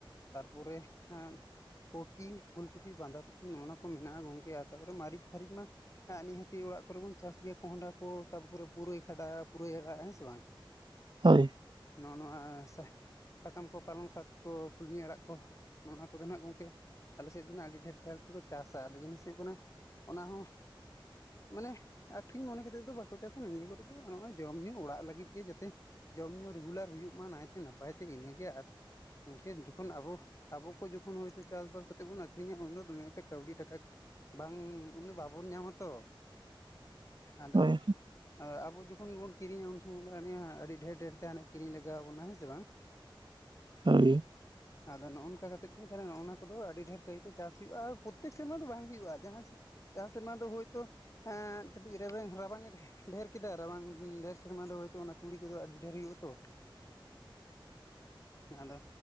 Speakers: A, on the left (about 35°); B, on the right (about 60°).
A: ᱛᱟᱨᱯᱚᱨᱮ ᱦᱟᱜ ᱠᱷᱟᱱ ᱠᱚᱯᱤ, ᱯᱷᱩᱞ ᱠᱚᱯᱤ, ᱵᱟᱸᱫᱷᱟ ᱠᱚᱯᱤ ᱱᱚᱜ ᱱᱚᱣᱟ ᱠᱚ ᱢᱮᱱᱟᱜᱼᱟ ᱜᱚᱝᱠᱮ ᱾ ᱛᱟᱨᱯᱚᱨᱮ ᱢᱟᱨᱤᱡ ᱯᱷᱟᱹᱨᱤᱪ ᱢᱟ ᱱᱤᱦᱟᱹᱛ ᱜᱮ ᱚᱲᱟᱜ ᱠᱚᱨᱮ ᱵᱚᱱ ᱪᱟᱥ ᱜᱮᱭᱟ ᱠᱚᱸᱦᱰᱟ ᱠᱚ, ᱛᱟᱯᱚᱨᱮ ᱯᱩᱨᱟᱹᱭ ᱠᱷᱟᱰᱟ, ᱯᱩᱨᱟᱹᱭ ᱟᱲᱟᱜ ᱦᱮᱸ ᱥᱮ ᱵᱟᱝ ᱾
B: ᱦᱳᱭ ᱾
A: ᱱᱚᱜᱼᱚ ᱱᱚᱣᱟ ᱦᱮᱸ ᱥᱮ ᱾ ᱥᱟᱠᱟᱢ ᱠᱚ ᱯᱟᱞᱚᱝ ᱥᱟᱠ ᱠᱚ ᱠᱩᱞᱢᱤ ᱟᱲᱟᱜ ᱠᱚ, ᱱᱚᱜᱼᱱᱟ ᱠᱚᱫᱚ ᱦᱟᱜ ᱜᱚᱝᱠᱮ ᱟᱞᱮ ᱥᱮᱫ ᱫᱚ ᱦᱟᱜ ᱟᱹᱰᱤ ᱰᱷᱮᱨ ᱠᱟᱨ ᱛᱮᱠᱚ ᱪᱟᱥᱟ ᱾ ᱟᱫᱚ ᱡᱤᱱᱤᱥ ᱦᱩᱭᱩᱜ ᱠᱟᱱᱟ, ᱚᱱᱟ ᱦᱚᱸ ᱢᱟᱹᱱᱮ ᱟᱠᱷᱨᱤᱧ ᱢᱚᱱᱮ ᱠᱟᱹᱛᱮ ᱫᱚ ᱵᱟᱹᱠᱚ ᱪᱟᱥᱟᱹ ᱱᱤᱭᱟᱹ ᱠᱚᱨᱮ ᱫᱚ ᱱᱚᱜᱼᱚᱭ ᱡᱚᱢ ᱧᱩ ᱚᱲᱟᱜ ᱞᱟᱹᱜᱤᱫ ᱜᱮ ᱡᱟᱛᱮ ᱡᱚᱢ ᱧᱩ ᱨᱮᱜᱩᱞᱟᱨ ᱦᱩᱭᱩᱜ ᱢᱟ ᱱᱟᱭᱛᱮ ᱱᱟᱯᱟᱭ ᱛᱮ ᱤᱱᱟᱹᱜᱮ ᱟᱨ ᱩᱱᱠᱷᱮᱡ ᱡᱚᱠᱷᱚᱱ ᱟᱵᱚ ᱟᱵᱚ ᱠᱚ ᱡᱚᱠᱷᱚᱱ ᱦᱚᱭᱛᱳ ᱪᱟᱥᱹᱵᱟᱥ ᱠᱟ ᱠᱟᱛᱮᱫ ᱵᱚᱱ ᱟᱠᱷᱨᱤᱧᱟ ᱩᱱ ᱫᱚ ᱫᱚᱢᱮ ᱮᱠᱴᱟ ᱠᱟᱹᱣᱰᱤ ᱴᱟᱠᱟ ᱵᱟᱝ ᱩᱱᱤ ᱵᱟᱹᱵᱚᱱ ᱧᱟᱢᱟᱹ ᱛᱚ ᱟᱫᱚ
B: ᱦᱳᱭ
A: ᱟᱨ ᱟᱵᱚ ᱡᱚᱠᱷᱚᱱ ᱵᱚᱱ ᱠᱤᱨᱤᱸᱧᱟ ᱩᱱ ᱥᱚᱢᱚᱭ ᱫᱚ ᱱᱤᱭᱟᱹ ᱟᱹᱰᱤ ᱰᱷᱮᱨ ᱰᱷᱮᱨ ᱛᱮ ᱦᱟᱱᱮ ᱠᱤᱨᱤᱸᱧ ᱞᱟᱜᱟᱣᱟ ᱵᱚᱱᱟ ᱦᱮᱸ ᱥᱮ ᱥᱮ ᱵᱟᱝᱹ
B: ᱦᱳᱭ
A: <inaudible> ᱟᱫᱚ ᱱᱚᱜᱼᱚ ᱱᱚᱝᱠᱟ ᱠᱟᱛᱮ ᱜᱮ ᱱᱚ ᱱᱚᱭᱱᱟ ᱠᱚᱫᱚ ᱟᱹᱰᱤ ᱰᱷᱮᱨ ᱠᱟᱭᱛᱮ ᱪᱟᱥ ᱦᱩᱭᱩᱜᱼᱟ ᱯᱨᱚᱛᱮᱠ ᱥᱮᱨᱢᱟ ᱫᱚ ᱵᱟᱝ ᱦᱩᱭᱩᱜᱼᱟ᱾ ᱡᱟᱦᱟᱸ ᱛᱤᱥ ᱡᱟᱦᱟᱸ ᱥᱮᱨᱢᱟ ᱫᱚ ᱦᱳᱭᱛᱳ ᱮᱸ ᱠᱟᱹᱴᱤᱡ ᱨᱮᱸᱵᱮᱝ ᱨᱟᱵᱟᱝ ᱰᱮ ᱰᱷᱮᱨ ᱠᱮᱫᱟᱭ ᱨᱟᱵᱟᱝ ᱰᱷᱮᱨ ᱥᱮᱨᱢᱟ ᱫᱚ ᱦᱳᱭᱛᱳ ᱚᱱᱟ ᱛᱩᱲᱤ ᱠᱚᱫᱚ ᱟᱹᱰᱤ ᱰᱷᱮᱨ ᱜᱮ ᱦᱩᱭᱩᱜ ᱟᱛᱚ <inaudible> ᱦᱮᱸ ᱟᱫᱚ